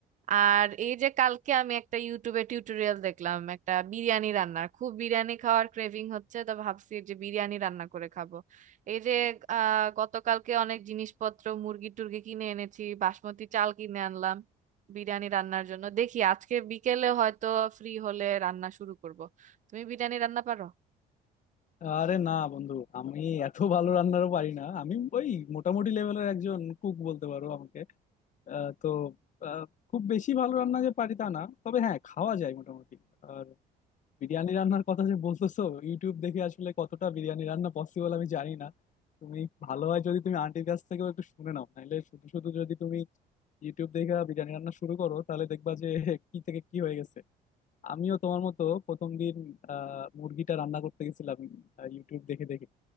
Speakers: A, on the right; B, on the left.
A: আর এই যে কালকে আমি একটা ইউটিউবে টিউটোরিয়াল দেখলাম একটা বিরিয়ানি রান্নার খুব বিরিয়ানি খাওয়ার ক্রেভিং হচ্ছে তো ভাবছি যে বিরিয়ানি রান্না করে খাবো এই যে আহ গতকালকে অনেক জিনিসপত্র মুরগি টুরগি কিনে এনেছি বাসমতি চাল কিনে আনলাম বিরিয়ানি রান্নার জন্য দেখি আজকে বিকেলে হয়তো ফ্রি হলে রান্না শুরু করব তুমি বিরিয়ানি রান্না পারো
B: আরে না বন্ধু আমি এত ভালো রান্নারও পারি না আমি ওই মোটামুটি লেভেলের একজন কুক বলতে পারো আমাকে আহ, তো আহ, খুব বেশি ভালো রান্না যে পারি তা না তবে হ্যাঁ খাওয়া যায় মোটামুটি আর বিরিয়ানি রান্নার কথা যে বলতেছো ইউটিউব দেখে আসলে কতটা বিরিয়ানি রান্না পসিবল আমি জানি না তুমি ভালো হয় যদি তুমি আন্টির কাছ থেকেও একটু শুনে নাও নাহলে শুধু শুধু যদি তুমি ইউটিউব দেখে বিরিয়ানি রান্না শুরু করো তাহলে দেখবা যে <laughs> কি থেকে কি হয়ে গেছে আমিও তোমার মতো প্রথম দিন আহ মুরগিটা রান্না করতে গেছিলাম আহ, ইউটিউব দেখে দেখে